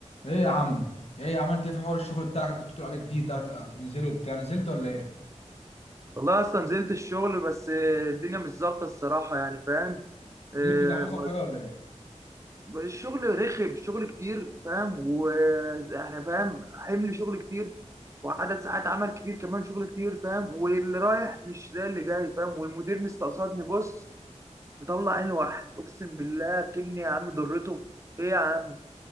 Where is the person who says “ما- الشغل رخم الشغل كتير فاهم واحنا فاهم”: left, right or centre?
Right